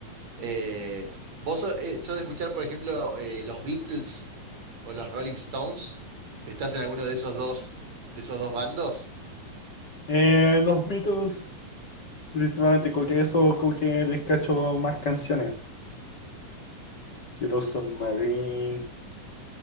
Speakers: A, on the right; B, on the left.
A: Eh, ¿vos sos, eh, sos de escuchar, por ejemplo, eh, los Beatles o los Rolling Stones? ¿Estás en alguno de esos dos, de esos dos bandos?
B: Eh, los Beatles. Principalmente con que eso, con que les cacho más canciones. Quiero Submarine,